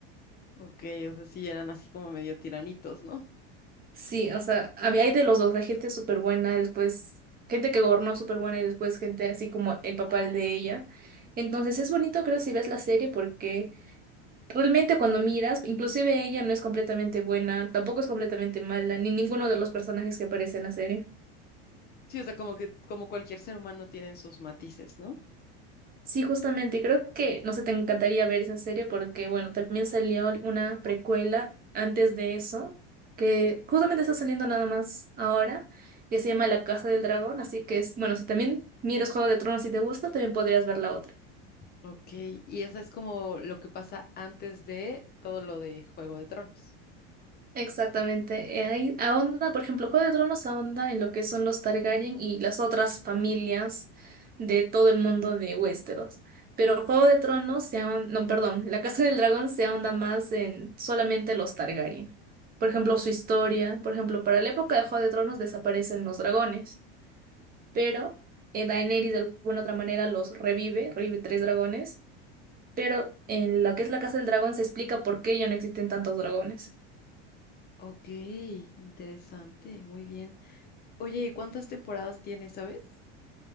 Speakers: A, on the left; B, on the right.
A: Ok, o sea, sí eran así como medio tiranitos, ¿no?
B: Sí, o sea, a mí hay de los dos, de gente súper buena, después gente que gobernó súper buena y después gente así como el papá de ella. Entonces es bonito, creo, si ves la serie porque Realmente cuando miras, inclusive ella no es completamente buena, tampoco es completamente mala, ni ninguno de los personajes que aparece en la serie.
A: Sí, o sea, como que, como cualquier ser humano tienen sus matices, ¿no?
B: Sí, justamente, y creo que, no sé, te encantaría ver esa serie porque, bueno, también salió una precuela antes de eso, que justamente está saliendo nada más ahora, que se llama La Casa del Dragón, así que es, bueno, si también miras Juego de Tronos y te gusta, también podrías ver la otra.
A: Ok, y esa es como lo que pasa antes de todo lo de Juego de Tronos.
B: Exactamente. eh, Ahí ahonda, por ejemplo, Juego de Tronos ahonda en lo que son los Targaryen y las otras familias de todo el mundo de Westeros. Pero Juego de Tronos se ahonda, no, perdón, La Casa del Dragón se ahonda más en solamente los Targaryen. Por ejemplo, su historia, por ejemplo, para la época de Juego de Tronos desaparecen los dragones, pero eh, Daenerys de alguna otra manera los revive, revive tres dragones, pero en lo que es la Casa del Dragón se explica por qué ya no existen tantos dragones.
A: Ok, interesante, muy bien. Oye, ¿y cuántas temporadas tiene, sabes?